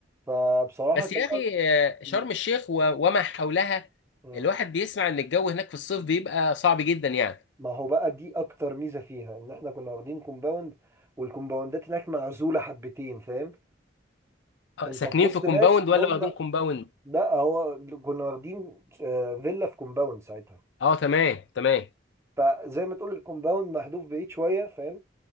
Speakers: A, on the right (about 15°); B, on the left (about 70°).
A: فبصراحه
B: بس
A: كان
B: يا اخي
A: أك...
B: آه، شرم
A: م-
B: الشيخ و- وما حولها
A: م-
B: الواحد بيسمع ان الجو هناك في الصيف بيبقى صعب جدا يعني
A: ما هو بقى دي اكتر ميزه فيها ان احنا كنا واخدين كومباوند والكومباوندات هناك معزوله حبتين فاهم
B: آه،
A: انت
B: ساكنين
A: في وسط
B: في كومباوند
A: ناس
B: ولا
A: هم
B: واخدين كومباوند
A: لا هو كنا واخدين آه، فيلا في كومباوند ساعتها
B: اه تمام تمام
A: فزي ما تقول الكومباوند محذوف بعيد شويه فاهم